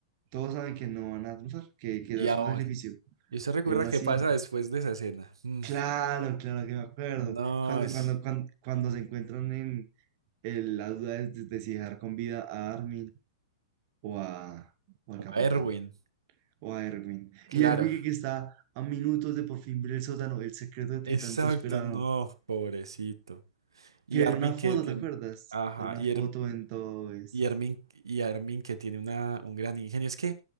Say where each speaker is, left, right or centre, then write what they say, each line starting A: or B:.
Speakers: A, on the right (about 40°); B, on the right (about 70°).
A: todos saben que no van a triunfar, que, que
B: Y
A: es
B: ahora.
A: un sacrificio.
B: ¿Y usted recuerda
A: Y aún
B: qué
A: así,
B: pasa después de esa escena? Mm,
A: claro, claro que me acuerdo.
B: no,
A: Cuando,
B: es
A: cuando, cuando, cuando se encuentran en el, la duda de, de si dejar con vida a Armin o, a, o al capitán
B: a Erwin.
A: o a Erwin.
B: Claro.
A: Y Erwin que está a minutos de por fin ver el sótano, el secreto
B: Exacto,
A: que tanto esperaba.
B: no, pobrecito. Y
A: Que ver
B: Armin
A: una
B: que
A: foto,
B: tiene.
A: ¿te acuerdas?
B: Ajá.
A: Ver una
B: Y
A: foto
B: Ermin
A: en todo eso.
B: Y Armin, y Armin que tiene una, un gran ingenio. Es que